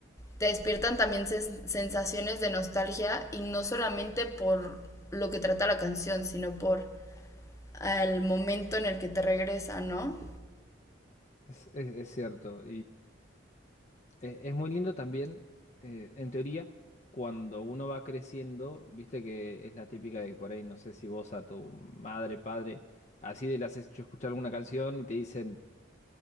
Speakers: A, on the left; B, on the left.
A: te despiertan también ses- sensaciones de nostalgia y no solamente por lo que trata la canción, sino por al momento en el que te regresa, ¿no?
B: es- es cierto. Eh, Es muy lindo también, eh, en teoría, cuando uno va creciendo, viste que es la típica de que por ahí, no sé si vos a tu madre, padre, así de le has hecho escuchar alguna canción y te dicen,